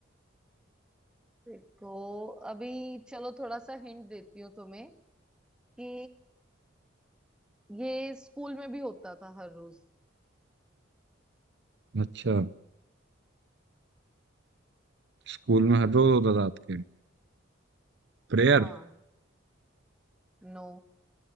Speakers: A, in the centre; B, on the right (about 60°).
A: देखो अभी चलो थोड़ा सा हिंट देती हूँ तुम्हें कि ये स्कूल में भी होता था हर रोज
B: अच्छा स्कूल में हर रोज होता था आपके प्रेयर
A: हाँ नो